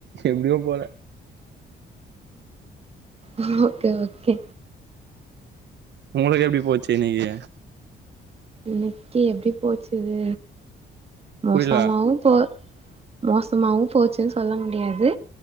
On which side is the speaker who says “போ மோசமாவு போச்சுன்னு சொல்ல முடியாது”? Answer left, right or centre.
Right